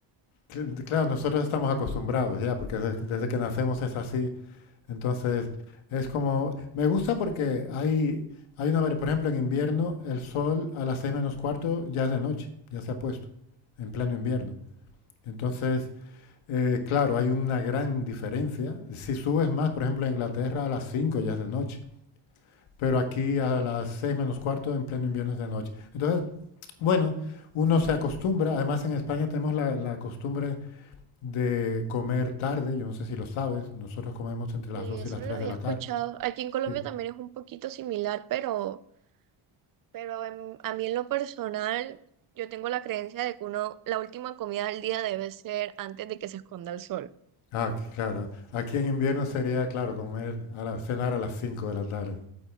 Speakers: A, on the left; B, on the right.
A: Cl- Claro, nosotros estamos acostumbrados ya, porque des- desde, que nacemos es así. Entonces, es como, me gusta porque hay, hay una, vari- por ejemplo, en invierno, el sol a las seis menos cuarto ya es de noche, ya se ha puesto, en pleno invierno. Entonces, eh, claro, hay una gran diferencia. Si subes más, por ejemplo, a Inglaterra a las 5 ya es de noche, pero aquí a las seis menos cuarto en pleno invierno es de noche. Entonces, bueno, uno se acostumbra. Además, en España tenemos la la costumbre de comer tarde, yo no sé si lo sabes, nosotros comemos entre las
B: Sí,
A: 2
B: eso
A: y las 3
B: lo había
A: de la
B: escuchado.
A: tarde.
B: Aquí en Colombia
A: Sí.
B: también es un poquito similar, pero Pero en- a mí en lo personal, yo tengo la creencia de que uno, la última comida del día debe ser antes de que se esconda el sol.
A: Ah, ok, claro. Aquí en invierno sería, claro, comer a la, cenar a las 5 de la tarde.